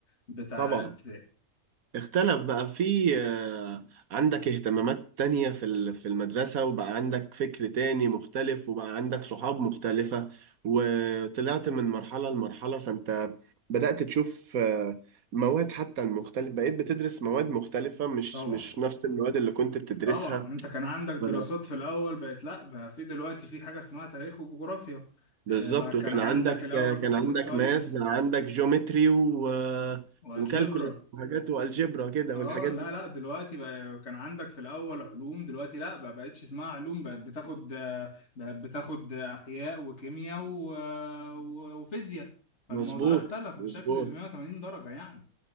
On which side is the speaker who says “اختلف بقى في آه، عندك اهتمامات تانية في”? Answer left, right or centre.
Right